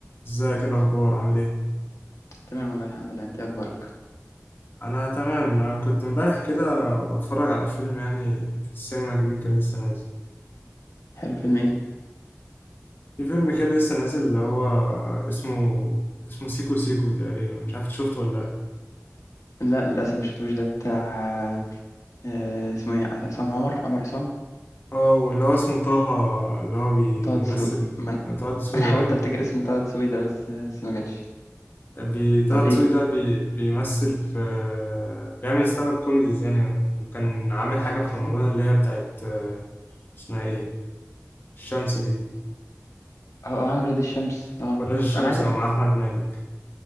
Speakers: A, on the left (about 40°); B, on the left (about 80°).
A: ازيك إيه الاخبار عامل ايه
B: تمام والله الحمد لله انت ايه اخبارك
A: انا تمام أنا كنت امبارح كده بتفرج على فيلم يعني في السينما جديد كان لسه نازل
B: حلو فيلم ايه
A: في فيلم كده لسه نازل اللي هو اسمه اسمه سيكو سيكو تقريبا مش عارف إنت شفته ولا لا
B: لا للاسف مش شفتوش ده بتاع آه اسمه ايه عصام عمر عمر عصام
A: اه واللي هو اسمه طه اللي هو بي...
B: وطه
A: بيمثل
B: دسوقي ما انا
A: طه
B: <laughs>
A: دسوقي
B: انا حاولت
A: اه بي...
B: افتكر اسم طه دسوقي ده بس بس ما جاتش
A: بي... طه
B: طب
A: دسوقي
B: ايه
A: ده بي... بيمثل في بيعمل ستاند اب كوميديز يعني وكان عامل حاجة
B: لا
A: في
B: استنى
A: رمضان
B: بقى.
A: اللي هي بتاعت آه، اسمها ايه الشمس دي
B: هو عامل ولاد الشمس اه
A: ولا الشمس
B: انا عايز اقول
A: اه مع
B: لك
A: احمد مالك